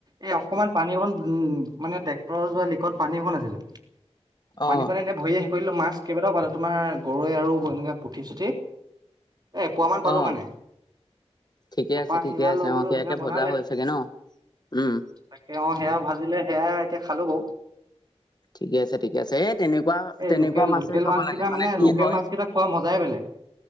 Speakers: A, on the right; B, on the left.
A: এই অকমান পানী অকণ উম মানে ট্ৰেক্টৰৰ যোৱা লিকত পানী অকণ আছিলে
B: অ
A: পানী কনে নে ভয়ে কৰিলো মাছ কেইবটাও পালো তোমাৰ গৰৈ আৰু এনেকে পুঠি চুঠি এপুৱা মান পালো
B: অ
A: মানে
B: ঠিকে
A: তাৰপা
B: আছে ঠিকে
A: সেয়া
B: আছে
A: লৈ
B: অ
A: গলো
B: সেয়াকে
A: সেয়া বনালে
B: ভজা হ'ল চাগে ন উম
A: তাকে অ সেয়া ভাজিলে সেয়া এতিয়া খালো বাউ
B: ঠিকে আছে ঠিকে আছে এ তেনেকুৱা
A: এই
B: তেনেকুৱা
A: লোকেল
B: মাছেই
A: লোকেল
B: খাব
A: মাছকেইটা
B: লাগে মানে কি
A: লোকেল
B: হয়
A: মাছকেইটা খোৱা মজাই বেলেগ।